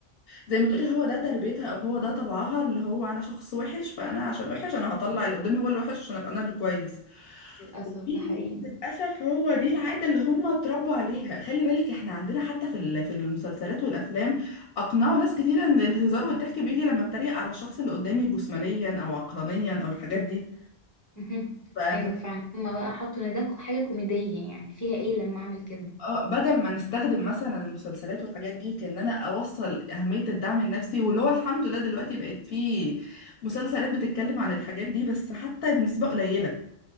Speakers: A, on the left (about 70°); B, on the left (about 25°).
A: زي ما تقولي هو ده تربيتها او هو ده طبعها اللي هو انا شخص وحش فانا عشان وحش انا هطلع اللي قدامي هو الوحش عشان ابقى انا اللي كويس
B: للأسف
A: في
B: ده حقيقي
A: ناس للاسف هو دي العادة اللي هم اتربوا عليها خلي بالك احنا عندنا حتى في ال- في المسلسلات والافلام اقنعوا ناس كتير ان الهزار والضحك بيجي لما اتريق على الشخص اللي قدامي جسمانيا او عقلانيا او الحاجات دي
B: مهم.
A: ف... ف-
B: أيوة فعلا هما بقى حطوا إن ده حاجة كوميدية يعني فيها إيه لما أعمل كده
A: اه بدل ما نستخدم مثلا المسلسلات والحاجات دي كأن انا اوصل اهمية الدعم النفسي واللي هو الحمد لله دلوقتي بقت في مسلسلات بتتكلم عن الحاجات دي بس حتى بنسبة قليلة